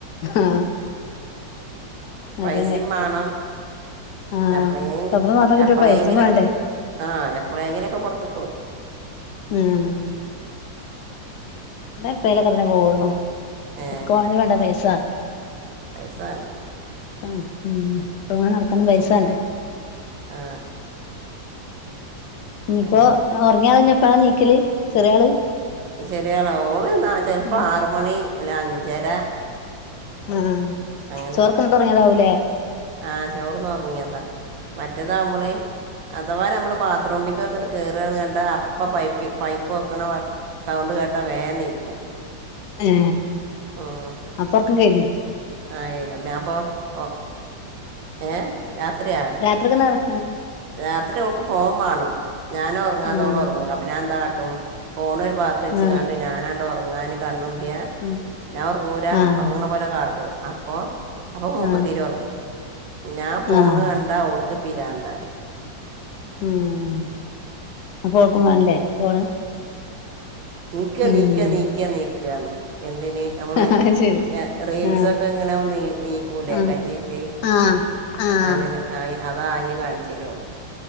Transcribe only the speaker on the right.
പൈസയും
വേണം
എപ്പോഴേ
എപ്പോഴെങ്കിലൊക്കെ
ആ എപ്ളെങ്കിലും ഒക്കെ പുറത്തുക്ക് പോവും!
ഏ,
പൈസ വേണം
ആ
അങ്ങനെ
ചെറിയആള് ഓള് എന്നാ ചിലപ്പോ
ആറ് മണി അല്ലെ അഞ്ചര!
അങ്ങനെയൊക്കെ
ആ ചോർന്ന് ഉറങ്ങിയതാ! മറ്റേതാവുമ്പോളേ അഥവാ നമ്മള് ബാത്റൂമിക്കൊക്കെ് കേറുകാന്ന് കണ്ടാ അപ്പ പൈപ്പ് പൈപ്പ് വെക്കണ സൗണ്ട്കേട്ടാൽ അ പ്പം വേ നീക്കും.
ഉം.
ആ കഴിഞ്ഞു ഞാൻ ഇപ്പോം ഓർ ഏ രാത്രിയാ
രാത്രി ഓക്ക് ഫോൺ മാണം. ഞാനൊറങ്ങാതെ
ഓളോറങ്ങൂലാ. അപ്പ ഞാനെന്താ കാട്ടും ഫോൺ വരുമ്പ ത്ത് വെച്ചിക്കാണ്ട്
ഞാനാങ്ങട് ഒറ ഒറങ്ങാന് കണ്ണുമ്പ്യാ
ഞാൻ ഒറങ്ങൂല.
ഒറങ്ങണ പോലെ കാട്ടും. അപ്പോ? അപ്പോ മുപ്പത്ത്യാരും
ഒറങ്ങും. ഞാൻ ഫോണ്
കണ്ട ഓൾക്ക് പിരാന്താണ്.
നീക്കാ
നീക്കാ നീക്കാ നീക്കാന്ന് എന്തിന് നമ്മള്
ഏ റീൽസൊക്കെ
ഇങ്ങനെ ഓൻ നീ നീക്കൂലേ
കജ്ജ്യേയിട്ട്.
അങ്ങനെ ആ അതാ ആംഗ്യം കാണിച്ചരോ.